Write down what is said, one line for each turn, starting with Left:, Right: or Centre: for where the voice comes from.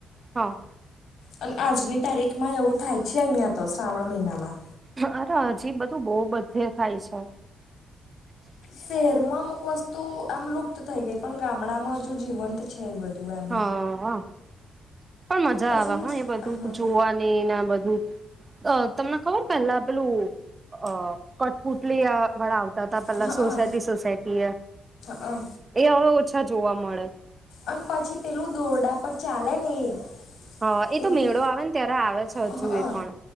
Right: હા
Left: અને આજની તારીખમાં એવું થાય છે અહીંયા તો શ્રાવણ મહિનામા
Right: અરે હજી બધુ બો બધે થાય છે.
Left: શહેરમાં અમુક વસ્તુ આમ લુપ્ત થઈ ગેઈ પણ ગામડામા હજુ જીવંત છે, બધું એમ
Right: હા પણ મજા
Left: પછી
Right: આવે, હ, એ બધું
Left: હા
Right: જોવાની ને બધુ અ તમને ખબર પેલા પેલું અ કઠપુટલી અ વાળા આવ વાળા અતા પેલા
Left: હા
Right: સોસાયટી સોસાયટી એ
Left: હા
Right: એ અવે ઓછા જોવા મળે
Left: અન પછી પેલું દોરડા પર ચાલે ને એ
Right: હ,
Left: પેલું
Right: એ તો મેળો આવે ને ત્યારે આવે છે,
Left: હઅ
Right: હજુ એ પણ